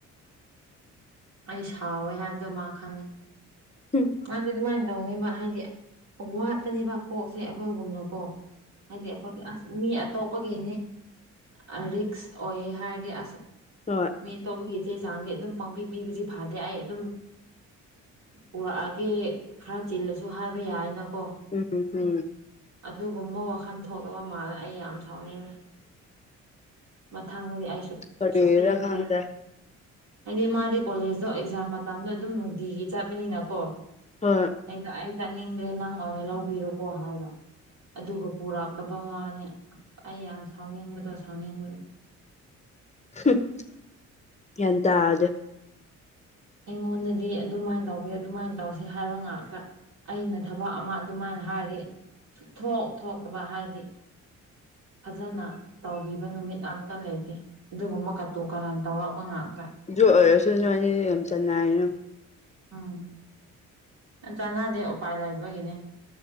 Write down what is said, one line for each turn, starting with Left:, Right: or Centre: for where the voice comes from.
Right: ꯑꯩ ꯁꯥꯎꯋꯦ ꯍꯥꯏꯕꯗꯣ ꯃꯥ ꯈꯪꯉꯦ
Left: <unintelligible>
Right: ꯃꯥꯁꯦ ꯑꯗꯨꯃꯥꯏꯅ ꯇꯧꯅꯤꯕ ꯍꯥꯏꯗꯤ ꯋꯥꯠꯄꯅꯦꯕ ꯀꯣꯛꯁꯦ ꯑꯩꯈꯣꯏꯒꯨꯝꯅꯀꯣ ꯍꯥꯏꯗꯤ ꯑꯩꯈꯣꯏꯗꯤ ꯑꯁ ꯃꯤ ꯑꯇꯣꯞꯄꯒꯤꯅꯤ ꯑ ꯔꯤꯛꯁ ꯑꯣꯏꯌꯦ ꯍꯥꯏꯔꯗꯤ ꯑꯁ
Left: ꯍꯣꯏ
Right: ꯃꯤ ꯑꯇꯣꯞꯄꯒꯤ ꯆꯦ ꯆꯥꯡꯗꯤ ꯑꯗꯨꯝ ꯄꯡꯄꯤ ꯄꯤꯕꯗꯤ ꯐꯗꯦ ꯑꯩ ꯑꯗꯨꯝ ꯄꯨꯔꯛꯑꯒꯦ ꯈꯔ ꯆꯤꯜꯂꯁꯨ ꯍꯥꯏꯕ ꯌꯥꯏꯅꯀꯣ
Left: ꯎꯝ ꯎꯝ
Right: ꯑꯗꯨꯒꯨꯝꯕ ꯋꯥꯈꯜ ꯊꯣꯛꯇꯕ ꯃꯥꯜꯂꯦ ꯑꯩ ꯌꯥꯝ ꯁꯥꯎꯅꯤꯡꯉꯦ ꯃꯊꯪꯗꯗꯤ ꯑꯩ ꯁꯨꯛ
Left: ꯀꯔꯤꯔ
Right: ꯁꯨꯛꯄꯤ ꯄꯤꯔꯔꯣꯏ
Left: ꯈꯪꯗꯦ
Right: ꯍꯥꯏꯗꯤ ꯃꯥꯗꯤ ꯀꯣꯂꯦꯖꯇꯣ ꯑꯦꯛꯖꯥꯝ ꯃꯇꯝꯗ ꯑꯗꯨꯝ ꯅꯨꯡꯇꯤꯒꯤ ꯆꯠꯄꯅꯤꯅꯀꯣ
Left: ꯍꯣꯏ
Right: ꯑꯩꯗꯣ ꯑꯩ ꯆꯠꯅꯤꯡꯗ꯭ꯔꯦ ꯅꯪ ꯑꯣꯏꯅ ꯂꯧꯕꯤꯔꯣꯀꯣ ꯍꯥꯏꯕ ꯑꯗꯨꯒ ꯄꯨꯔꯛꯇꯕ ꯋꯥꯅꯦ ꯑꯩ ꯌꯥꯝ ꯁꯥꯎꯅꯤꯡꯕꯗꯣ ꯁꯥꯎꯅꯤꯡꯕꯗꫭ
Left: <unintelligible> ꯌꯥꯟ ꯇꯥꯗꯦ
Right: ꯑꯩꯉꯣꯟꯗꯗꯤ ꯑꯗꯨꯃꯥꯏꯅ ꯇꯧꯕꯤꯌꯨ ꯑꯗꯨꯃꯥꯏ ꯇꯧꯁꯦ ꯍꯥꯏꯕ ꯉꯥꯛꯇ ꯑꯩꯅ ꯊꯕꯛ ꯑꯃ ꯑꯗꯨꯃꯥꯏꯅ ꯍꯥꯏꯔꯗꯤ ꯁꯨꯊꯣꯛ ꯊꯣꯛꯇꯕ ꯍꯥꯏꯗꯤ ꯐꯖꯅ ꯇꯧꯕꯤꯕ ꯅꯨꯃꯤꯠ ꯑꯝꯇ ꯂꯩꯇꯦ ꯑꯗꯨꯒꯨꯝꯕ ꯀꯥꯇꯨ ꯀꯥꯔꯟ ꯇꯧꯔꯛꯄ ꯉꯥꯛꯇ
Left: ꯑꯗꯨ ꯑꯣꯏꯔꯁꯨ ꯅꯣꯏꯅꯤꯗꯤ ꯌꯥꯝ ꯆꯥꯟꯅꯩ <unintelligible>
Right: ꯎꯝ ꯆꯥꯟꯅꯗꯦ ꯎꯄꯥꯏ ꯂꯩꯇꯕꯒꯤꯅꯦ